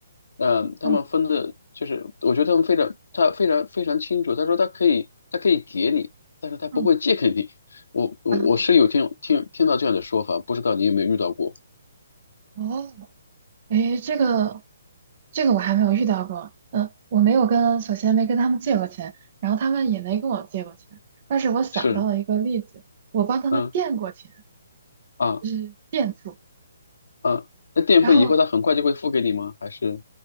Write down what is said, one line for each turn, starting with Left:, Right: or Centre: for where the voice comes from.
Left: 呃，他们分的，
Right: 哦，
Left: 就是我觉得他们非常，他非常非常清楚。他说他可以，他可以给你，但是他不会借给你。
Right: 嗯
Left: 我我我是有听听听到这样的说法，
Right: 啊，
Left: 不知道你有没有遇到过？
Right: 哦。诶，这个这个我还没有遇到过。嗯，我没有跟，首先没跟他们借过钱，然后他们也没跟我借过钱。但是我想到了一个例子，
Left: 是，
Right: 我帮他们垫过钱，
Left: 嗯啊
Right: 就是垫付。
Left: 啊，那垫付以后他很快就会付给你吗？
Right: 然后
Left: 还是